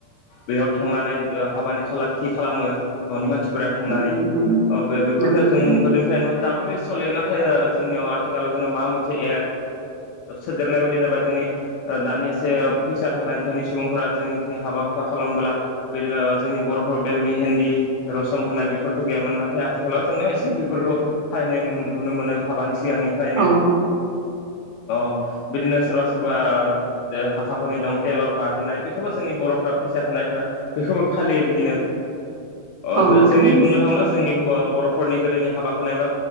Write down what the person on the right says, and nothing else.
नोंथां
औ नोंथां
औ
<inaudible>
नोंथां